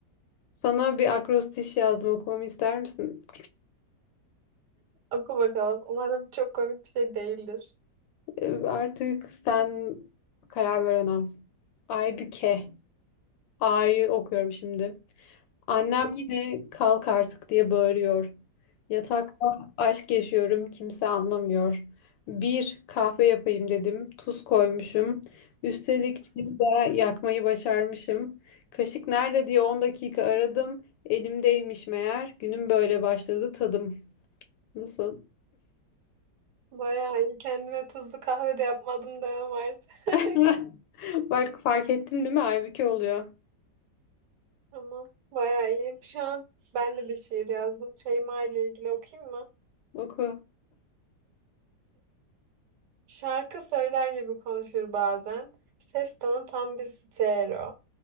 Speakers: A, on the left; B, on the right.
A: sana bir akrostiş yazdım okumamı ister misin?
B: Oku bakalım. Umarım çok komik bir şey değildir.
A: Ee, Artık sen karar ver ona. Aybüke. A'yı okuyorum şimdi. Annem
B: Tamam.
A: yine kalk artık diye bağırıyor. Yatakta aşk yaşıyorum kimse anlamıyor. Bir kahve yapayım dedim. Tuz koymuşum. Üstelik çayı da yakmayı başarmışım. Kaşık nerede diye 10 dakika aradım. Elimdeymiş meğer. Günüm böyle başladı tadım. Nasıl?
B: Bayağı iyi. Kendime tuzlu kahve de yapmadım demem artık.
A: <laughs> Bak fark ettin değil mi? Aybüke oluyor.
B: <laughs> Tamam. Bayağı iyi. Şu an ben de bir şiir yazdım. Şeyma ile ilgili okuyayım mı?
A: Oku.
B: Şarkı söyler gibi konuşur bazen. Ses tonu tam bir stereo.